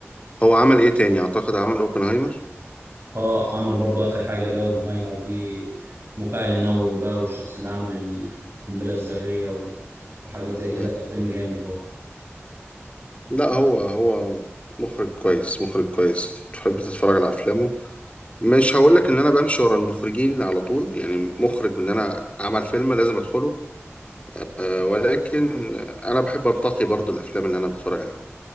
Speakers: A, on the left; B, on the right.
A: هو عمل ايه تاني اعتقد عمل اوبنهايمر
B: اه عمل برضه اخر حاجه اللي هو اوبنهايمر دي المفاعل النووي بقى والشخص اللي عمل القنبله الذريه و- وحاجات زي كده
A: امم
B: كان فيلم جامد برضه
A: لا هو هو مخرج كويس مخرج كويس تحب تتفرج على افلامه مش هقول لك ان انا بمشي ورا المخرجين على طول يعني مخرج ان انا عمل فيلم لازم ادخله آه ولكن انا بحب انتقي برضو الافلام اللي انا بتفرج عليها